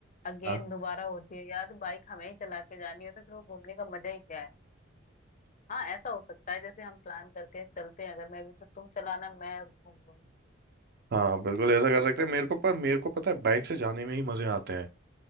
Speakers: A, on the left (about 40°); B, on the right (about 55°).
A: अगेन
B: हाँ
A: दोबारा होती है यार बाइक हमें ही चला के जानी हो तो फिर वो घूमने का मजा ही क्या है हाँ ऐसा हो सकता है जैसे हम प्लान करते हैं चलते हैं अगर मैं भी तो तुम चलाना मैं घूम लूंगी
B: हाँ बिल्कुल ऐसा कर सकते हैं मेरे को पर मेरे को पता है बाइक से जाने में ही मजे आते हैं